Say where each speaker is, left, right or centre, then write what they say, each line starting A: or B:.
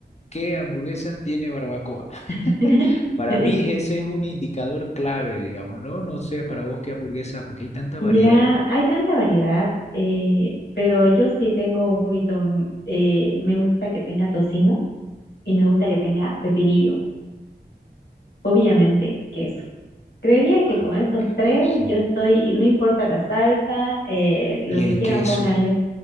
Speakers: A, on the left; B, on the left.
A: ¿Qué hamburguesa tiene barbacoa? <laughs>
B: <laughs>
A: Para mí ese es un indicador clave, digamos, ¿no? No sé para vos qué hamburguesa, porque hay tanta
B: Y
A: variedad.
B: mira, hay tanta variedad, eh, pero yo sí tengo un poquito, mm, eh, me gusta que tenga tocino y me gusta que tenga pepinillo, obviamente queso. Creería que
A: Ah,
B: con esos
A: esto
B: tres
A: sí.
B: yo estoy, no importa la salsa, eh, lo
A: Y
B: que
A: el
B: quieran
A: queso.
B: pónganle.